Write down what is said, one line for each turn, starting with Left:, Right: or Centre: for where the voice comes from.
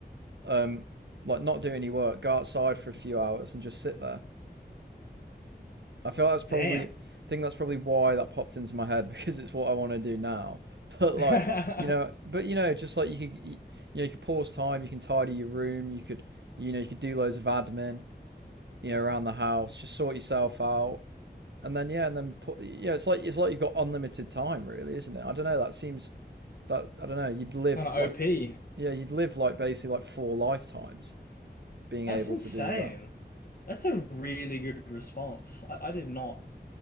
Right: um, like not do any work, go outside for a few hours and just sit there. I feel like that's probably
Left: Damn.
Right: I think that's probably why that popped into my head <laughs> because it's what I want to do now. <laughs> But like
Left: <laughs>
Right: you know, but you know, just like you could you know you could pause time, you can tidy your room, you could you know you could do loads of admin you know around the house, just sort yourself out, and then yeah, and then put you know it's like it's like you've got unlimited time really, isn't it? I don't know. That seems that I don't know. You'd live
Left: Kind of
Right: like
Left: OP.
Right: yeah, you'd live like basically like four lifetimes being
Left: That's
Right: able
Left: insane.
Right: to do that.
Left: That's a really good response. I, I did not,